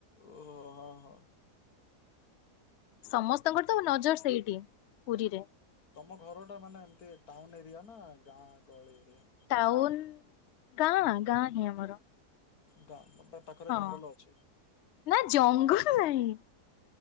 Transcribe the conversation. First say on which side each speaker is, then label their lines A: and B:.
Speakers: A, on the left (about 65°); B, on the left (about 80°).
A: ଓହ ହ <unintelligible>
B: ସମସ୍ତଙ୍କର ତ ନଜର ସେଇଠି ପୁରୀରେ।
A: ତମ ଘର ଟା ମାନେ ଏମତି ଟାଉନ ଏରିଆ ନା ଗାଁ ଗହଳି ଏରିଆ?
B: ଟାଉନ ଗାଁ ଗାଁ ହିଁ ଆମର।
A: ଗାଁ ଗୋଟେ ପାଖରେ
B: ହଁ
A: ଜଙ୍ଗଲ ଅଛି।
B: ନା ଜଙ୍ଗଲ ନାହିଁ।